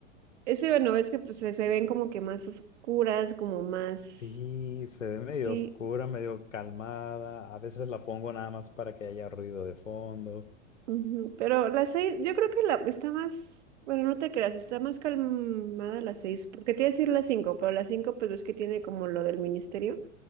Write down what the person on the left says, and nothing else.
sí, se ve medio
oscura, medio calmada. A veces la pongo nada más para que haya ruido de fondo.